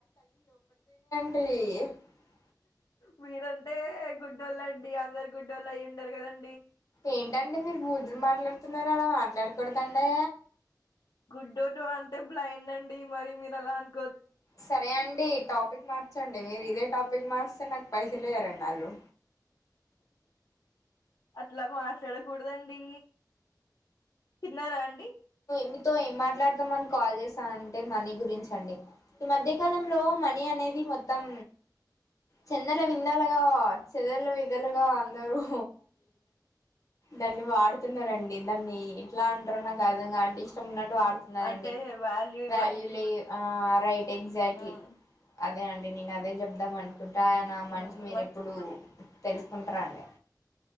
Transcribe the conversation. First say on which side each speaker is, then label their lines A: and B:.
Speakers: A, on the left; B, on the left.
A: ఏ
B: మీరంటే గుడ్డోళ్ళండి అందరు గుడ్డోళ్ళు అయి ఉండారు కదండి
A: ఏంటండి మీరు బూతూలు మాట్లాడుతున్నారుర అలా మాట్లాడకూడద అండి
B: గుడ్ టో అంటే బ్లైండ్ అండి మరి మీరు అలా అ
A: సరే అండి టాపిక్ మార్ మార్చ్చండి మీరు ఇదే టాపిక్ మార్స్తే నాకు పైసలుయరండి వాళ్ళు
B: అట్లా మాట్లాడకూడదండి తిన్నారా అండి
A: మీతో ఏం మాట్లాడదాం అని కాల్ చేసా అంటే మనీ గురించ అండి ఈ మధ్యకాలంలో మనీ అనేది మొత్తం చెందల విందలుగా చెదల విదలుగా అందరు దాన్ని వాడుకో అతున్నారండి దాన్ని ఎట్లా అంటారు నాకు అర్థం కాటే ఇష్టం ఉన్నట్ వాడుతున్నారండి
B: అంటే ఇవ్వ
A: వాల్యూ లేదు ఆ రైట్ ఎగ్జాక్ట్లీ
B: ఉమ్,
A: అదే అండి నేను అదే చెబుదాం అనుకుంటా ఇన నా మనసు
B: ఉమ్,
A: మీరు
B: నాకు
A: ఎప్పుడు తెలుసుకుంటార అండి